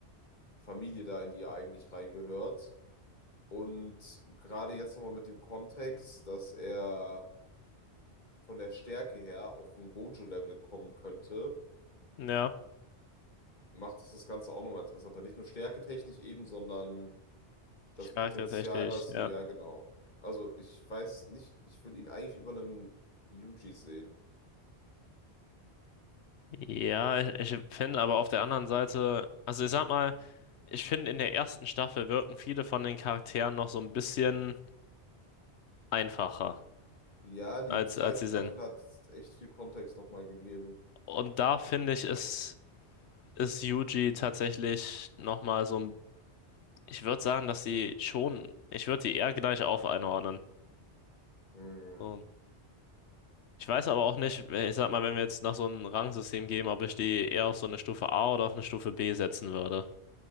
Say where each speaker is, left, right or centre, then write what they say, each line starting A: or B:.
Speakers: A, on the left (about 45°); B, on the left (about 75°).
A: Familie da, in die er eigentlich reingehört. Und gerade jetzt nochmal mit dem Kontext, dass er von der Stärke her auf ein Gojo-Level kommen könnte,
B: ja.
A: macht es das Ganze auch nochmal interessanter. Nicht nur stärketechnisch eben, sondern das
B: Ich frage
A: Potenzial,
B: tatsächlich,
A: was,
B: ja.
A: ja, genau. Also ich weiß nicht, ich würde ihn eigentlich über einem Yuji sehen.
B: Ja, ich, ich finde aber auf der anderen Seite, also ich sag mal, ich finde in der ersten Staffel wirken viele von den Charakteren noch so ein bisschen einfacher,
A: Ja, die
B: als,
A: zweite
B: als sie
A: Staffel
B: sind.
A: hat echt viel Kontext nochmal gegeben.
B: Und da finde ich, ist, ist Yuji tatsächlich nochmal so ein, ich würde sagen, dass sie schon, ich würde die eher gleich auf einordnen.
A: Hm.
B: So. Ich weiß aber auch nicht, ich sag mal, wenn wir jetzt nach so einem Rangsystem gehen, ob ich die eher auf so eine Stufe A oder auf eine Stufe B setzen würde.